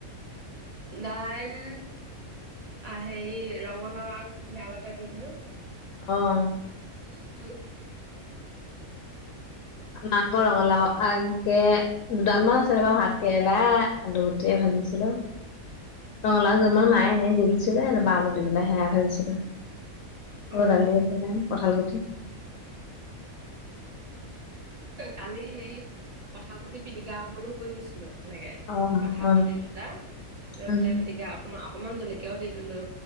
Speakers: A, on the right; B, on the left.
A: দাইল হেৰি ৰঙালাও বলতে দি দিলো
B: অ'।
A: সেইনে খালো। <unintelligible>
B: মাংস ৰঙলাও আকে দুডাল মান আছিলে বাৰু ভাত কেৰেলা আলুগুটিয়ে ভাজিছিলো। ৰঙালাও আগ
A: উম
B: দুডালমান মায়ে এনেই দি দিছিলে তাপা আলু দি পেলাই সেয়াই ভাজিছিলে। এইবোৰ
A: অ
B: দালি আছে কঁঠাল গুটি,।
A: কালি সেই কঁঠাল গুটি। পিটিকা অকমানো কৰি লৈছিলোঁ, তেনেকে
B: অ
A: কঁঠাল
B: অ
A: গুটি দুটা লৈ
B: উম
A: পেলাই পিটিকা। অ অকমান জলকীয়াও দি দিলো